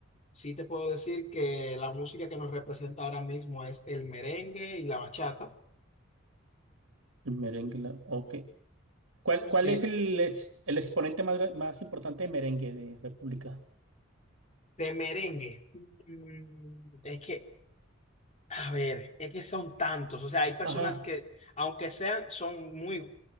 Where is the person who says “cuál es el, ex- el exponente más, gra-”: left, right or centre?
Right